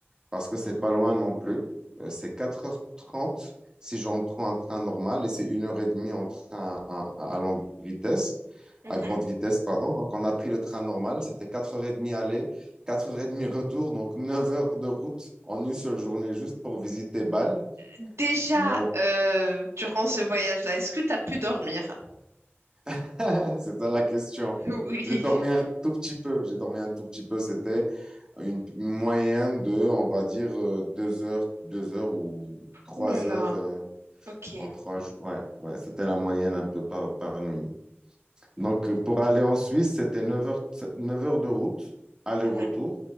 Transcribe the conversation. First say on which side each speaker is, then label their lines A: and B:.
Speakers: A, on the right; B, on the right.
A: parce que c'est pas loin non plus. Euh, c'est quatre heures trente si j'en prends un train normal et c'est 1h30 en train à, à- à longue vitesse,
B: mhm.
A: à grande vitesse, pardon. Donc, on a pris le train normal, c'était 4h30 aller, 4h30 retour, donc 9 heures de route en une seule journée juste pour visiter Bâle.
B: Déjà,
A: Mais
B: euh, durant ce voyage-là, est-ce que tu as pu dormir? <laughs>
A: <laughs> c'est ça la question.
B: Oui.
A: J'ai dormi un tout petit peu, j'ai dormi un tout petit peu, c'était une moyenne de, on va dire, euh, deux heures, deux heures ou trois
B: Ouh là là.
A: heures. euh,
B: Ok.
A: En trois jours, ouais, ouais, c'était la moyenne un peu par, par nuit. Donc, euh, pour aller en Suisse, c'était neuf heures, neuf heures de route, aller-retour,
B: Mhm,